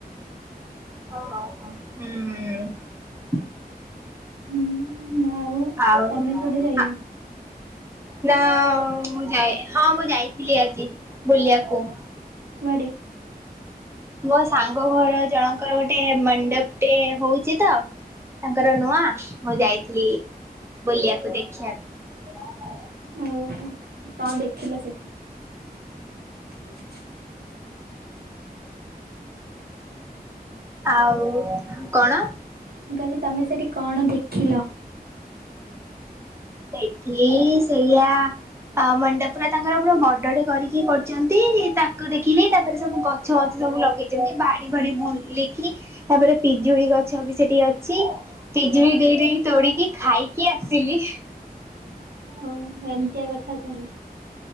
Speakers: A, on the right; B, on the right.
A: ହୁଁ।
B: ହୁଁ ଆଉ
A: ଆଉଆ
B: ତମେ କୁଆଡେ ଯାଇନ?
A: ନା ମୁଁ ଯାଇ ହଁ ମୁଁ ଯାଇଥିଲି ଆଜି ବୁଲିବାକୁ।
B: କୁଆଡ଼େ।
A: ମୋ ସାଙ୍ଗ ଘର ଜଣଙ୍କର ଗୋଟେ ମଣ୍ଡପ ଟେ ହଉଚି ତ ତାଙ୍କର ନୂଆ ମୁଁ ଯାଇଥିଲି ବୁଲିବାକୁ ଦେଖିଆକୁ ।
B: ଓହୋ କଣ ଦେଖିଲ ସେଠି? <inaudible>
A: <inaudible> ଆଉ କଣ
B: ମୁ କଇଲି ତମେ ସେଠି କଣ ଦେଖିଲ।
A: ସେଠି ଶି ସେଇୟା ଆ ମଣ୍ଡପରା ତାଙ୍କର ପୁରାବଡଟେ କରିକି ପଟ ଚନ୍ତି ତାକ ଦେଖିଲି ତାପରେ ସବୁ କ ଛ ଗଛ ସବୁ ଲଗେଇଛନ୍ତି ବାଡି ଭଡି ବୁଲିକି ତାପରେ ପିଜୁଳି ଗଛ ବି ସେଠି ଅଛି ପିଜୁଳି ଦେଇଦେଇ ତୋଳିକି ଖାଇକି ଆସିଲି।
B: ଓ ଏମତିଆ କଥା ତାହେଲେ ।